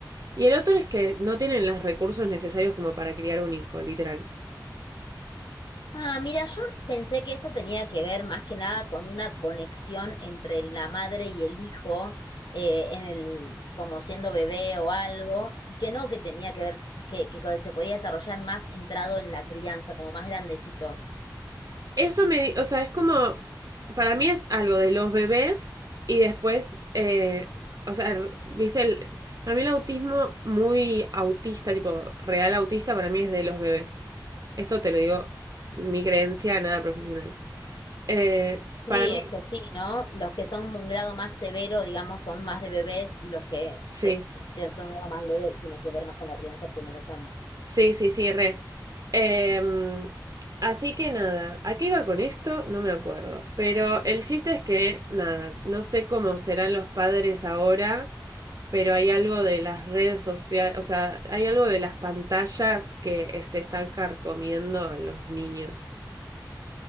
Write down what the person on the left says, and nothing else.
Ah, mira, yo pensé que eso tenía que ver más que nada con una conexión entre la madre y el hijo, eh, en el, como siendo bebé o algo, y que no que tenía que ver, que, que se podía desarrollar más entrado en la crianza, como más grandecitos.
Sí,
es que sí, ¿no? Los que son un grado más severo, digamos, son más de bebés y los que
se, se son un grado más leve tiene que ver más con la crianza en primeros años.